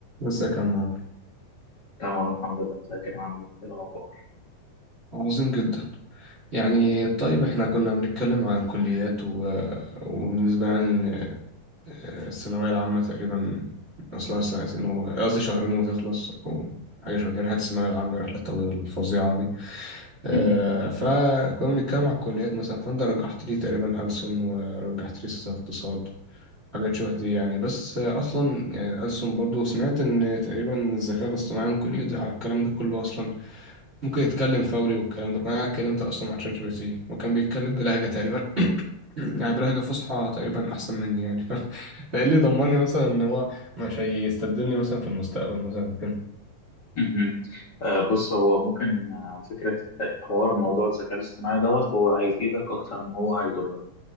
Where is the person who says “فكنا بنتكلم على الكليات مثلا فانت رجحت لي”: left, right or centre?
Right